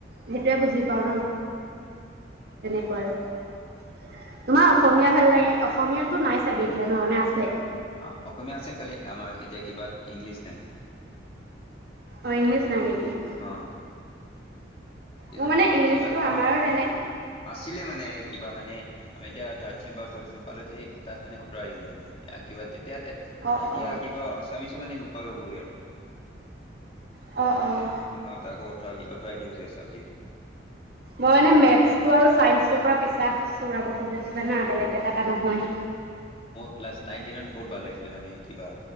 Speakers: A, on the right; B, on the left.
A: সেইটোৱে বুজি পাওঁ ন। তেনেকুৱা আৰু তোমাৰ অসমীয়া ভাল লাগে। অসমীয়াাতটো নাই চাগৈ এতিয়া নহয় মানে আছে?
B: অ অসমীয়া আছে খালি আমাৰ এতিয়া কিবা ইংলিছ ন
A: অ ইংলিছ নাই নিকি?
B: হা।
A: মোৰ
B: মানে
A: ইংলিছটো
B: কিবা অ
A: আমাৰো তেনে
B: আছিলে মানে কিবা মানে আমি এতিয়া থৰ্ড ছেম বা ফৌত ছেম পালো যে এই তাত মানে আঁতৰাই দিলে মানে কিবা এতিয়া
A: অ',
B: এতিয়া
A: অ',
B: কিবা আছামিছো মানে নোপোৱা যাবগৈ আৰু
A: অ',
B: মানে
A: অ'।
B: হ তাকো। ঠবি অতৰাই দিব চাগে চাবজেক্ত
A: মই মানে মেটছটো আৰু চাইন্সটোৰ পৰা পিছা চোৰাব খুজিছিলো জানা, বেলেগ কেইটা বা নহয়।
B: মোৰ ক্লাছ নাইন-টেনত বহুত ভাল লাগিছিলে মানে। কিবা